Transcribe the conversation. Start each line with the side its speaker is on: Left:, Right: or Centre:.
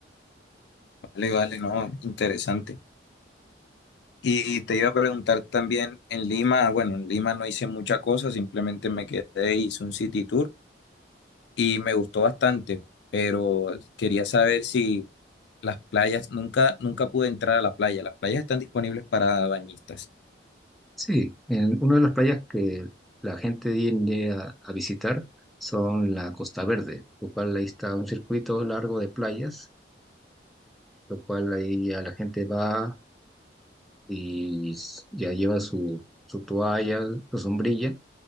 Left: Vale, vale, no, interesante. Y te iba a preguntar también en Lima, bueno, en Lima no hice mucha cosa, simplemente me quedé, e hice un city tour y me gustó bastante, pero quería saber si las playas, nunca, nunca pude entrar a la playa, las playas están disponibles para bañistas.
Centre: Sí, en una de las playas que la gente viene a, a visitar son la Costa Verde, lo cual ahí está un circuito largo de playas, lo cual ahí ya la gente va y s- ya lleva su, su toalla, su sombrilla